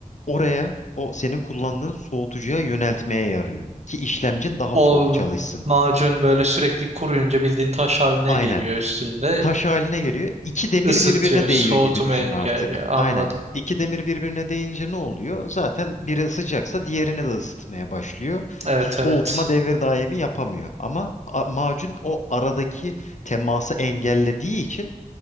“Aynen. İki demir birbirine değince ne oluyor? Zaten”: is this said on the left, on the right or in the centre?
Left